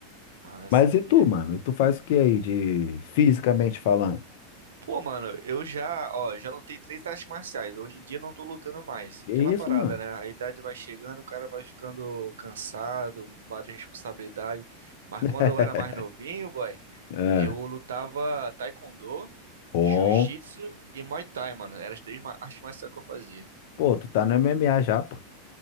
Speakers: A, on the right; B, on the left.
A: Ah, eu
B: Mas
A: sabia.
B: e tu, mano? E tu faz o que aí de fisicamente falando?
A: Pô, mano, eu já, ó, já lutei três artes marciais. Hoje em dia não tô lutando mais.
B: Que
A: Aquela parada,
B: isso, mano?
A: né? A idade vai chegando, o cara vai ficando cansado, várias responsabilidades. Mas
B: <laughs>
A: quando eu era mais novinho, boy,
B: É.
A: eu lutava taekwondo,
B: Bom.
A: jiu-jitsu e muay thai, mano. Eram as três ma- artes marciais que eu fazia.
B: Pô, tu tá no MMA já, pô.